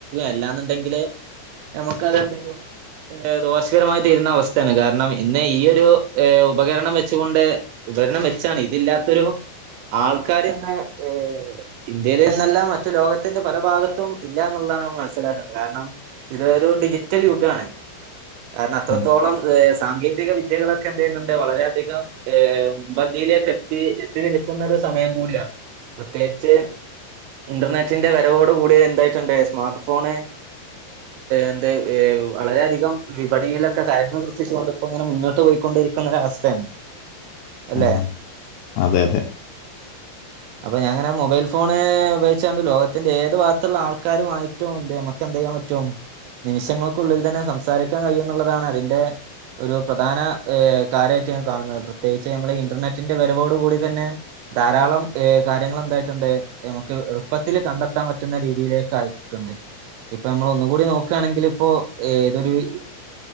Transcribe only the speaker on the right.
എല്ലാന്നുണ്ടെങ്കില് നമുക്ക് അതണ്ട് ഏ ദോഷകരമായി തീരുന്ന അവസ്ഥയാണ് കാരണം ഇന്ന് ഈയൊ ഒരു ഉപകരണം വെച്ചുകൊണ്ട് ഉപകരണം വെച്ചാണ് ഇതില്ലാത്തൊരു ആൾക്കാർ എന്ന ഏ ഇന്ത്യയിൽ നിന്നല്ല മറ്റു ലോകത്തിന്റെ പല ഭാഗത്തും ഇന്ത്യ എന്നുള്ളതാണ് ന മനസ്സിലാക്കുന്നത് കാരണം ഇത് ഒരു ഡിജിറ്റൽ യുഗമാണ് കാരണം അത്രത്തോളം
ഏ സാങ്കേതിക വിദ്യകളൊക്കെ എന്ത ചെയ്യുന്നുണ്ട് വളരെയധികം ഏ മുൻപന്തിയിലേക്കെ എത്തി എത്തി നിൽക്കുന്ന ഒരു സമയം കൂടിയാണ് പ്രത്യേകിച്ച് ഇന്റർനെറ്റിന്റെ വരവോട് കൂടിയ എന്തായിട്ടുണ്ട് സ്മാർട്ട് ഫോണ് എന്ത വളരെയധികം വിപണിയിലൊക്കെ കരന്ന് സൃഷ്ടിച്ചുകൊണ്ട്പ്പോ ഇങ്ങനെ മുന്നോട്ട് പോയി കൊണ്ടിരിക്കുന്ന ഒ അവസ്ഥയാണ് അല്ലെ
അപ്പൊ ഞങ്ങനെ മൊബൈൽ ഫോണ് ഉപയോഗിച്ചാണ്ട് ലോകത്തിന്റെ ഏത് ഭാഗത്തുള്ള ആൾക്കാരുമായിട്ടും എക്കെ ൻറ്റും നിമിഷങ്ങൾക്കുള്ളിൽ തന്നെ സംസാരിക്കാൻ കഴിയും എന്നുള്ളതാണ് അതിറെ ഒരു പ്രധാന ് കാര്യമായിട്ട ൻ കാണുന്നത് പ്രത്യേകിച്ച് നമ്മൾ ഇന്റർനെറ്റിന്റെ വരവോടു കൂടി തന്നെ ധാരാളം ഹ് കാര്യങ്ങൾ എന്തായിട്ടുണ്ട് നമുക്ക് എളുപ്പത്തില്ൽ കണ്ടെത്താൻ പറ്റുന്ന രീതിയിലേക്ക് ആയിക്കിട്ടുണ്ട് ഇപ്പൊ നമ്മള ഒന്നുകൂടി നോക്കുകയാണെങ്കിൽ ഇപ്പോൊ തൊരു നി